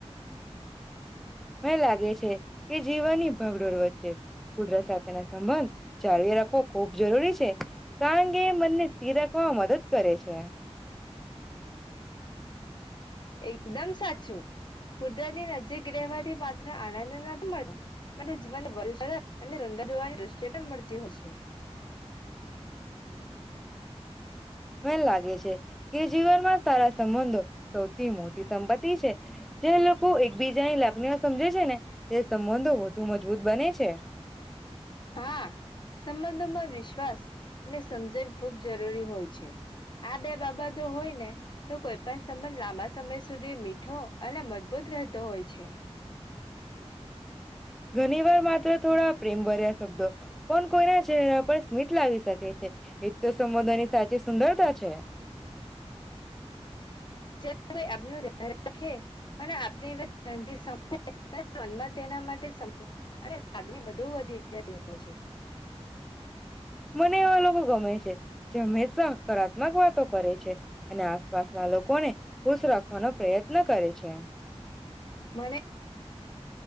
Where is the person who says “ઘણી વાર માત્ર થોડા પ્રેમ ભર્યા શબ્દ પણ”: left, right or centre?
Centre